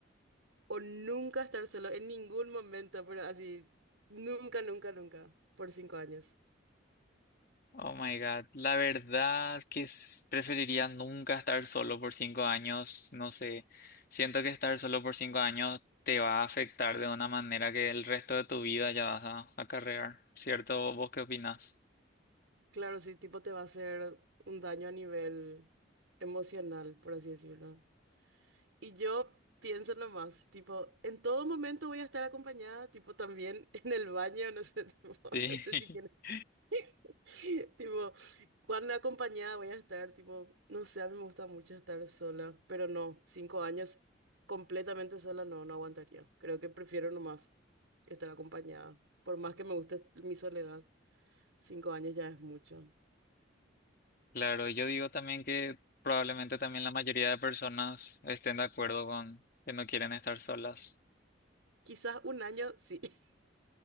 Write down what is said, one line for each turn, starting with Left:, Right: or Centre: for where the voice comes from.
Right: o nunca estar solo en ningún momento, pero así, nunca, nunca, nunca, por cinco años?
Left: Oh my God, la verdad que s- preferiría nunca estar solo por cinco años, no sé, siento que estar solo por cinco años te va a afectar de una manera que el resto de tu vida ya vas a acarrear, ¿cierto? ¿Vos qué opinás?
Right: Claro, sí, tipo te va a hacer un daño a nivel emocional, por así decirlo. Y yo pienso nomás, tipo, en todo momento voy a estar acompañada, tipo, también <laughs> en el baño, no sé, <laughs> tipo,
Left: Sí,
Right: no sé
Left: <laughs>
Right: si tienes, <laughs> tipo, cuán acompañada voy a estar, tipo, no sé, a mí me gusta mucho estar sola, pero no, cinco años completamente sola no, no aguantaría. Creo que prefiero nomás estar acompañada, por más que me guste mi soledad, cinco años ya es mucho.
Left: claro, yo digo también que probablemente también la mayoría de personas estén de acuerdo con que no quieren estar solas.
Right: Quizás un año, sí. <laughs>